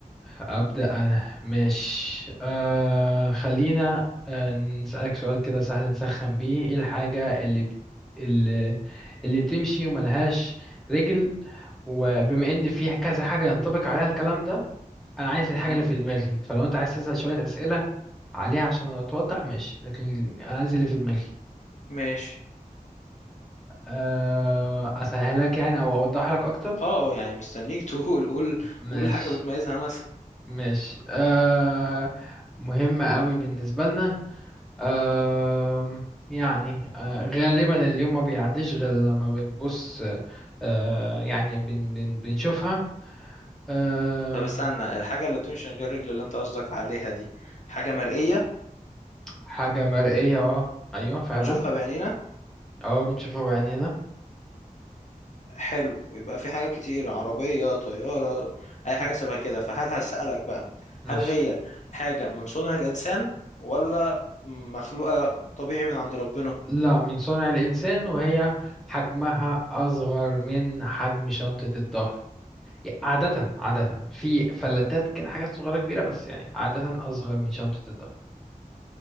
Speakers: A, in the centre; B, on the left.
A: أبدأ أنا مش آه خلينا آه نسألك سؤال كده سهل نسخن بيه ايه الحاجة اللي بت... اللي اللي بتمشي وملهاش رجل وبما ان في كذا حاجة ينطبق عليها الكلام ده انا عايز الحاجه
B: امم
A: اللي في دماغي فلو انت عايز تسال شويه اسئله عليها عشان اتوضح ماشي لكن أنا عايز اللي في دماغي
B: ماشي
A: أه اسهلك يعني او اوضح لك اكتر
B: اه يعني مستنيك <laughs> تقول قول
A: ماشي
B: قول حاجة بتميزها مثلا
A: ماشي أه مهمه قوي بالنسبه لنا أه يعني أه غالبا اليوم ما بيعديش غير لما بنبص أه يعني بن بن بنشوفها أه
B: طب استنى الحاجة اللي بتمشي من غير رجل اللي انت قصدك عليها دي حاجة مرئية
A: حاجه مرئيه اه ايوه فعلا
B: بنشوفها بعينينا
A: اه بنشوفها بعينينا
B: حلو يبقى في حاجات كتير عربية طيارة أي
A: لا
B: حاجة شبه كده فهل هسألك بقى
A: ماشي
B: هل هي حاجة من صنع الإنسان ولا مخلوقة طبيعي من عند ربنا
A: لا من صنع الإنسان وهي حجمها أصغر من حجم شنطة الظهر يعني عادة عادة في فلتات كده حاجات صغيرة كبيرة بس يعني عادة أصغر من شنطة الظهر